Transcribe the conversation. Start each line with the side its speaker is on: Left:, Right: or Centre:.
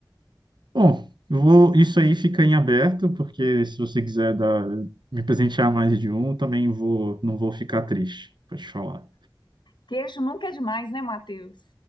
Right: Bom, eu vou, isso aí fica em aberto, porque se você quiser dar, me presentear mais de um, também vou, não vou ficar triste, pode falar.
Left: Queijo nunca é demais, né, Matheus?